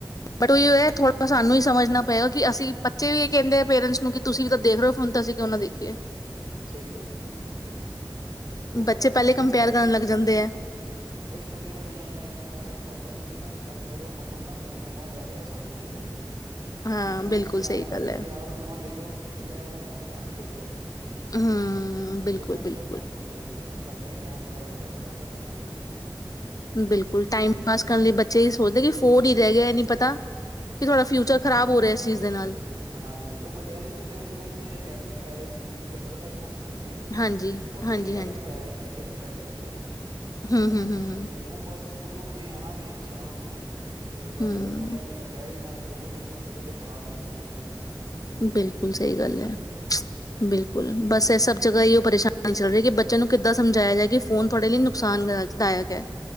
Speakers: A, on the left; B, on the right.
A: ਬਟ ਉਹੀ ਹੈ ਥੋੜ੍ਹਾ ਸਾਨੂੰ ਹੀ ਸਮਝਣਾ ਪਏਗਾ ਕਿ ਅਸੀਂ ਬੱਚੇ ਵੀ ਇਹ ਕਹਿੰਦੇ ਆ ਪੇਰੈਂਟਸ ਨੂੰ ਕਿ ਤੁਸੀਂ ਵੀ ਤਾਂ ਦੇਖ ਰਹੇ ਹੋ ਫੋਨ ਤਾਂ ਅਸੀਂ ਕਿਉਂ ਨਾ ਦੇਖੀਏ।
B: ਸਹੀ ਗੱਲ, ਉਹ ਮੇਰਾ
A: ਬੱਚੇ ਪਹਿਲੇ
B: ਛੋਟੇ
A: ਕੰਪੇਅਰ
B: ਵਾਲਾ
A: ਕਰਨ ਲੱਗ ਜਾਂਦੇ ਆ
B: ਉਹ ਛੋਟੇ ਵਾਲਾ ਮੁੰਡਾ ਮੇਰਾ ਕਹਿੰਦਾ ਪਾਪਾ ਤੁਸੀਂ ਨਾ ਇੱਕ ਕੰਮ ਕਰੋ ਮੰਮਾ ਨਾ ਫੋਨ ਨੰਮਾ ਲੈ ਦਿਓ ਐ ਸਾਨੂੰ ਦੇ ਦਿਓ।
A: ਹਾਂ,
B: ਜਾਂ
A: ਬਿਲਕੁਲ
B: ਤੁਸੀਂ ਆਪ
A: ਸਹੀ ਗੱਲ
B: ਤੁਸੀਂ
A: ਹੈ
B: ਆਪ ਨਵਾਂ ਲੈਲਓ। ਤੇ ਇਹ ਵਾਲਾ ਫੋਨ ਸਾਨੂੰ ਦੇਦੋ,
A: ਹੂੰ, ਬਿਲਕੁਲ-ਬਿਲਕੁਲ।
B: ਬਈ ਐਕਸਟਰਾ ਫੋਨ ਮੰਗਦੇ ਪਏ ਨੇ ਬਈ। ਸਾਡਾ ਵੀ ਟਾਈਮ ਪਾਸ ਹੁੰਦਾ ਰਿਹਾ ਮੈਂ ਕਿਹਾ ਤਿੰਨਾਂ ਦਿਨ ਫੋਨ ਮੈਂ
A: ਬਿਲਕੁਲ ਟਾਈਮ ਪਾਸ ਕਰਨ ਲਈ ਬੱਚੇ ਹੀ ਸੋਚਦੇ ਕਿ ਫੋਰ ਹੀ ਰਹਿ ਗਿਆ ਨਹੀਂ ਪਤਾ। ਕਿ ਤੁਹਾਡਾ
B: ਹ
A: ਫਿਊਚਰ ਖ਼ਰਾਬ ਹੋ ਰਿਹਾ ਇਸ ਚੀਜ਼ ਦੇ ਨਾਲ
B: ਹਾਂਜੀ-ਹਾਂਜੀ ਉਹ ਵੱਡੇ ਵਾਲਿਆਂ ਤੇ ਮੈਂ ਸਗੋਂ ਉੱਥੇ ਅਕੈਡਮੀ ਪਾਇਆ ਦਾ ਸਕੂਲ ਜਿੱਥੇ ਪੜ੍ਹਦਾ ਸੀ ਨਾ,
A: ਹਾਂਜੀ,
B: ਤੇ ਉੱਥੇ
A: ਹਾਂਜੀ,
B: ਅਕੈਡਮੀ ਪਾਇਆ ਹੈ ਕ੍ਰਿਕਟ ਅਕੈਡਮੀ ਚ
A: ਹੂੰ-ਹੂੰ-ਹੂੰ-ਹੂੰ,
B: ਤੇ ਉਹ ਬਸ ਸਕੂਲੋਂ ਔਨੇ ਆਣਾ ਵੈਂ ਸ਼ਾਮ ਨੂੰ ਤੇ ਬਸ
A: ਹੂੰ
B: ਫੋਨ ਲੈ ਕੇ ਨਾ ਦੋ ਤਿੰਨ ਘੰਟੇ ਦੇ ਉਹਦੇ ਪਾਰ ਨੇ ਫੋਨ ਚ
A: ਬਿਲਕੁਲ ਸਹੀ ਗੱਲ ਹੈ ਬਿਲਕੁਲ, ਸਕੁਲ ਬਸ ਇਸ ਸਭ ਜਗ੍ਹਾ ਇ ਪਰੇਸ਼ਾਨੀ ਚੱਲ ਰਹੀ ਕਿ ਬੱਚਿਆਂ ਨੂੰ ਕਿੱਦਾਂ ਸਮਝਾਇਆ ਜਾਏ ਕਿ ਫੋਨ ਤੁਹਾਡੇ ਨੁਕਸਾਨ ਕਰ ਪਾਇਆ ਗਿਆ।